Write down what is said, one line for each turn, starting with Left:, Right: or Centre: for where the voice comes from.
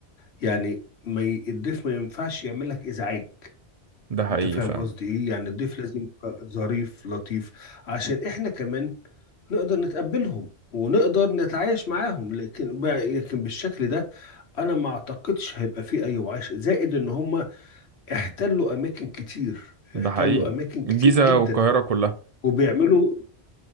Left: يعني ما ي- الضيف ما ينفعش يعمل لك ازعاج
Right: ده حقيقي
Left: انت فاهم
Right: فعلا
Left: قصدي ايه يعني الضيف لازم يبقى ظريف لطيف عشان احنا كمان نقدر نتقبلهم ونقدر نتعايش معاهم لكن بقى- لكن بالشكل ده انا ما اعتقدش هيبقى فيه اي وعيش زائد ان هم احتلوا اماكن كتير
Right: ده
Left: احتلوا
Right: حقيقي
Left: اماكن كتير
Right: الجيزة
Left: جدا
Right: والقاهرة كلها
Left: وبيعملوا